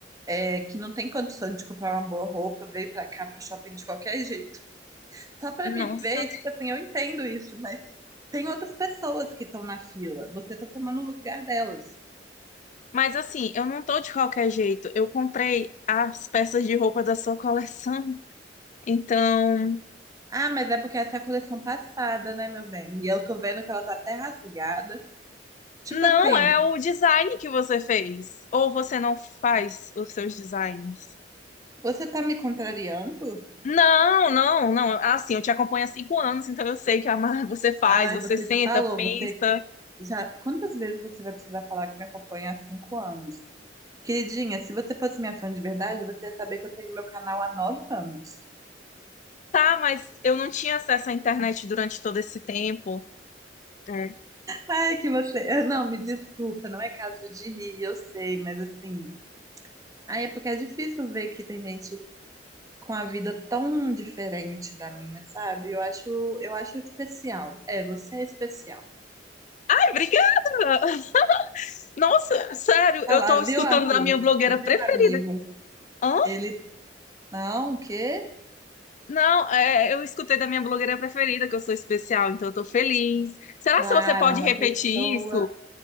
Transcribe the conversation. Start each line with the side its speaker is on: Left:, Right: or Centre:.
Right: é, que não tem condição de comprar uma boa roupa, veio pra cá, pro shopping de qualquer jeito. Só pra
Left: Nossa.
Right: me ver, e, tipo assim, eu entendo isso, mas tem outras pessoas que estão na fila. Você tá tomando o lugar delas.
Left: Mas assim, eu não tô de qualquer jeito. Eu comprei as peças de roupa da sua coleção. Então,
Right: Ah, mas é porque essa é a coleção passada, né, meu bem? E eu tô vendo que ela tá até rasgada. Tipo
Left: não
Right: assim,
Left: é o design que você fez. Ou você não faz os seus designs.
Right: você tá me contrariando?
Left: Não, não, não. Assim, eu te acompanho há cinco anos, então eu sei que a Mar- você faz,
Right: Ai,
Left: você
Right: você
Left: senta,
Right: já falou,
Left: pensa.
Right: você já. Quantas vezes você vai precisar falar que me acompanha há cinco anos? Queridinha, se você fosse minha fã de verdade, você ia saber que eu tenho meu canal há nove anos.
Left: Tá, mas eu não tinha acesso à internet durante todo esse tempo. É.
Right: Ai, que você. <laughs> Não, me desculpa, não é caso de rir, eu sei, mas assim. Ai, é porque é difícil ver que tem gente com a vida tão diferente da minha, sabe? Eu acho, eu acho especial. É, você é especial.
Left: Ai, obrigada! <laughs> Nossa, sério,
Right: Ah
Left: eu
Right: lá,
Left: tô
Right: viu,
Left: escutando
Right: Arthur?
Left: da minha blogueira
Right: Viu,
Left: preferida.
Right: amigo?
Left: Hã?
Right: Ele Não, o quê?
Left: Não, é, eu escutei da minha blogueira preferida, que eu sou especial, então eu tô feliz. Será
Right: Claro,
Left: que você pode
Right: é uma
Left: repetir
Right: pessoa.
Left: isso?